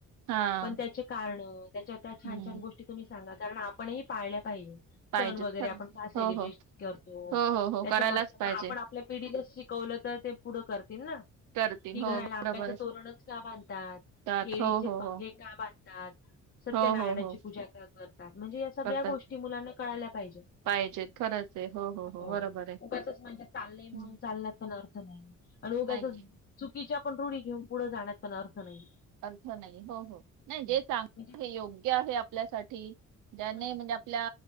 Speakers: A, on the right; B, on the left.
A: हा
B: पण त्यांचे कारण त्यांच्या छान
A: हम्म
B: छान गोष्टी. शेवटी तुम्ही सांगा कारण आपणही पाळल्या पाहिजे.
A: पाहिजेत
B: सण वगैरे
A: खरंच
B: आपण का सेलिब्रेशन
A: हो हो
B: करतो.
A: हो हो हो
B: त्यांच्या
A: करायलाच
B: मागच्या
A: पाहिजे
B: आपण आपल्या पिढीला शिक शिकवल तर ते पुढं करतील ना,
A: करतील
B: की घराला
A: हो बरोबर
B: आंब्याच तोरणचं. का बांधतात.
A: त्यात
B: केळीचे
A: हो हो
B: पाने
A: हो
B: का बांधतात. सत्यनारायणाची
A: हो हो हो
B: पूजा का करतात. म्हणजे या सगळ्या
A: करतात
B: गोष्टी मुलांना कळाल्या पाहिजेत.
A: पाहिजेत खरंच आहे
B: हो
A: बरोबर आहे
B: उगाचच म्हणजे चालंय म्हणून
A: हम्म,
B: चालण्या पण अर्थ नाही. आणि उगाचच
A: नाही
B: चुकीच्या पण रूढी घेऊन पुढे जाण्यात पण अर्थ नाही.
A: अर्थ नाही हो हो
B: नाही
A: जे चांगल
B: म्हणजे
A: आहे योग्य आहे. आपल्यासाठी ज्याने
B: हम्म
A: म्हणजे, आपल्या